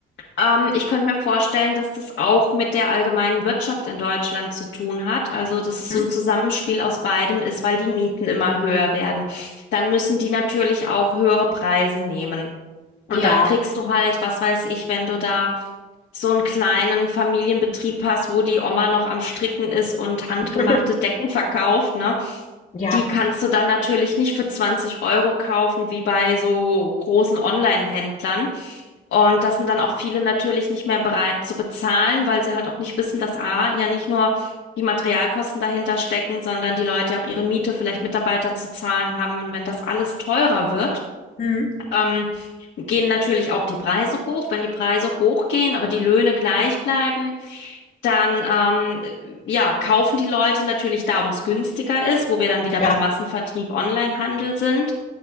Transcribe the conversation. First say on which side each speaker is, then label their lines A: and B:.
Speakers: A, on the left; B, on the left.
A: Ähm, ich könnte mir vorstellen, dass das auch mit der allgemeinen Wirtschaft in Deutschland zu tun hat. Also, dass es
B: Hm?
A: so ein Zusammenspiel aus beidem ist, weil die Mieten immer höher werden. Dann müssen die natürlich auch höhere Preise nehmen. Und
B: Ja,
A: dann kriegst du halt, was weiß ich, wenn du da so einen kleinen Familienbetrieb hast, wo die Oma noch am Stricken ist und handgemachte
B: <laughs>
A: Decken verkauft, ne?
B: ja,
A: Die kannst du dann natürlich nicht für 20 Euro kaufen, wie bei so großen Online-Händlern. Und das sind dann auch viele natürlich nicht mehr bereit zu bezahlen, weil sie halt auch nicht wissen, dass A, ja nicht nur die Materialkosten dahinter stecken, sondern die Leute auch ihre Miete, vielleicht Mitarbeiter zu zahlen haben. Und wenn das alles teurer wird,
B: Hm?
A: ähm, gehen natürlich auch die Preise hoch. Wenn die Preise hochgehen, aber die Löhne gleich bleiben, dann ähm, ja, kaufen die Leute natürlich da, wo es günstiger ist, wo wir dann wieder
B: ja.
A: beim Massenvertrieb Onlinehandel sind.